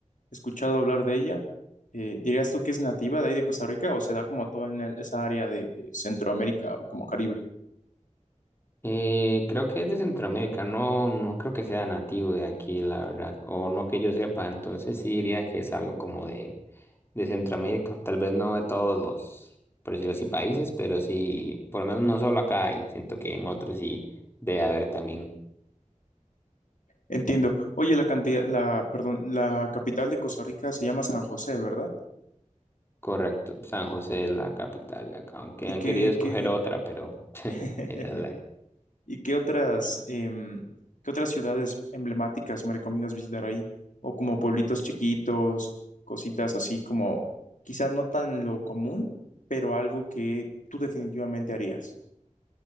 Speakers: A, on the left; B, on the left.
A: escuchado hablar de ella. Eh, ¿dirías tú que es nativa de ahí de Costa Rica o se da como toda en el- esa área de eh, Centroamérica o como Caribe?
B: Eh, creo que es de Centroamérica, no, no creo que sea nativo de aquí, la verdad, o no que yo sepa, entonces sí diría que es algo como de, de Centroamérica, tal vez no de todos los, por decirlo así, países, pero sí, por lo menos no solo acá, y siento que en otros sí debe haber también,
A: Entiendo. Oye, la cantidad, la, perdón, la capital de Costa Rica se llama San José, ¿verdad?
B: correcto, San José es la capital de acá, aunque
A: ¿Y
B: han
A: que
B: querido escoger
A: que
B: otra, pero <laughs>
A: <laughs>
B: esa es la
A: ¿Y qué otras, em, qué otras ciudades emblemáticas me recomiendas visitar ahí? O como pueblitos chiquitos, cositas así como quizás no tan lo común, pero algo que tú definitivamente harías.